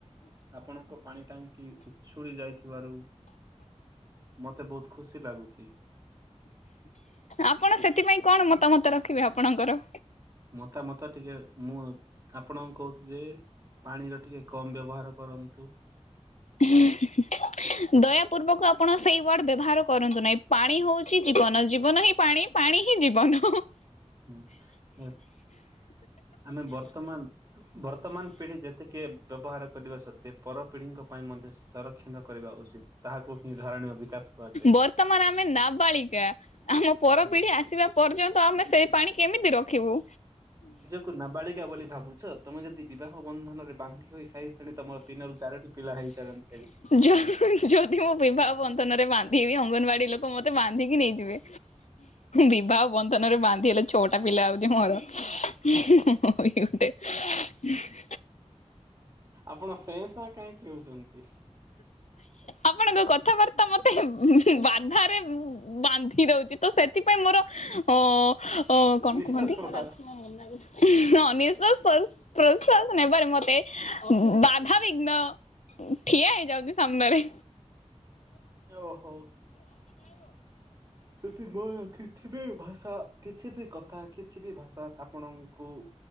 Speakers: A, on the right; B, on the left.
A: ଆପଣଙ୍କ ପାଣି ଟାଙ୍କି ଉଛୁଳି ଯାଇଥିବାରୁ ମତେ ବହୁତ ଖୁସି ଲାଗୁଚି।
B: ଆପଣ ସେଥିପାଇଁ କଣ ମତାମତ ରଖିବେ ଆପଣଙ୍କର?
A: ମତାମତ ଟିକେ ମୁଁ ଆପଣଙ୍କୁ କହୁଛି ଯେ ପାଣିର ଟିକେ କମ୍ ବ୍ୟବହାର କରନ୍ତୁ।
B: ହୁଁ ହୁଁଁ ହୁଁ। ଦୟାପୂର୍ବକ ଆପଣ ସେଇ ୱାର୍ଡ ବ୍ୟବହାର କରନ୍ତୁ ନାହିଁ ପାଣି ହୋଉଚି ଜୀବନ ଜୀବନ ହିଁ ପାଣି ପାଣି ହିଁ ଜୀବନ।
A: ହୁଁ ଏ ଆମେ ବର୍ତ୍ତମାନ ବର୍ତ୍ତମାନ ପିଢି ଯେତିକି ବ୍ୟବହାର କରିବା ସତ୍ତ୍ୱେ ପରପିଢ଼ିଙ୍କ ପାଇଁ ମଧ୍ୟ ସରକ୍ଷ ଣ କରିବା ଉଚିତ୍ ତାହାକୁ ହିଁ ଧାରଣୀୟ ବିକାଶ କୁହାଯାଏ।
B: ବର୍ତ୍ତମାନ ଆମେ ନାବାଳିକା ଆମ ପରପିଢି
A: ହୁଁ।
B: ଆସିବା ପର୍ଯ୍ୟନ୍ତ ଆମେ ସେଇ ପାଣି କେମିତି ରଖିବୁ?
A: କୁ ନାବାଳିକା ବୋଲି ଭାବୁଚ ତମେ ଯଦି ବିବାହ ବନ୍ଧନରେ ବାନ୍ଧି ହୋଇ ସାଇ ତଣି ତମର ତିନରୁ ଚାରୋଟି ପିଲା ହେଇସାରନ୍ତେଣି।
B: ଯ ଯଦି ମୁଁ ବିବାହ ବନ୍ଧନରେ ବାନ୍ଧି ହେବି ଅଙ୍ଗନବାଡି ଲୋକ ମତେ ବାନ୍ଧିକି ନେଇଯିବେ। ବିିବାହ ବନ୍ଧନରେ ବାନ୍ଧି ହେଲେ ଛଅଟା ପିଲା ହୋଉଚି ମୋର ମୁଁ ବି ଗୋଟେ ଉହୁଁ।
A: ଆପଣ ସେଁ ସାଁ କାଇଁକି ହୋଉଚନ୍ତି?
B: ଆପଣଙ୍କ କଥାବାର୍ତ୍ତା ମତେ ବାଧାରେ ବାନ୍ଧିଦୋଉଚି ତ ସେଥିପାଇଁ ମୋର ଅ ଅ କଣ
A: ନିଶ୍ୱାସ
B: କୁହନ୍ତିୁ?
A: ପ୍ରଶ୍ୱାସ
B: ଉଁ ହଁ ନିଶ୍ବାସ ପଶ୍-ପ୍ରଶ୍ୱାସ ନେବାରେ ମତେ ବାଧାବିଘ୍ନ ଠିଆ ହେଇଯାଉଚି ସାମ୍ନାରେ।
A: ଓହୋ ସେଥିପାଇଁ କିଛି ବି ଭାଷା କିଛି ବି କଥା କିଛି ବି ଭାଷା ଆପଣଙ୍କୁ